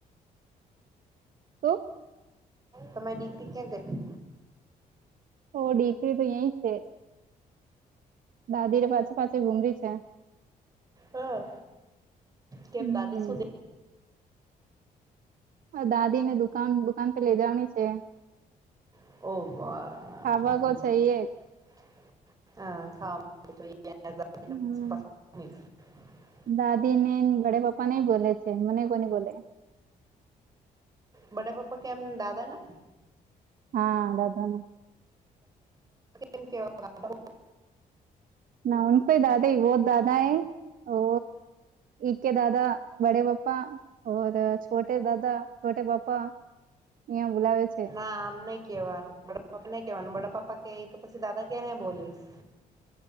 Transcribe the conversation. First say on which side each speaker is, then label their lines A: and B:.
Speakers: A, on the right; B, on the right.
A: તો
B: તો મેં ડિગ્રી ક્યાં ગઈ.
A: ઓ દીકરી તો અયાં છે, <inaudible> દાદીને પાછી પાછી ગુમરી છે.
B: હા કેમ
A: હમ
B: દાદી સુધી
A: દાદી ને દુકાન દુકાન પેલા જવાની છે.
B: ઓ
A: ખાવા કો ચઈએ
B: બા હા.
A: હમ દાદી ને ઘડે પપ્પા નેઈ બોલે છે મને કોની બોલે
B: બડે પપ્પા કેમ દાદા ને
A: હા દાદાના
B: મ કેવા
A: નાકો દાદા બહ દાદા હૈ ઓ એકે દાદા બડે પાપા ઓર છોટે દાદા છોટે પાપા અ્યાં બુલાવે છે
B: ના આમ નઈ કેવાનું બપા નાઈ કેવાનું બડાપ્પા ક તો પછી દાદા કેને બોલીશ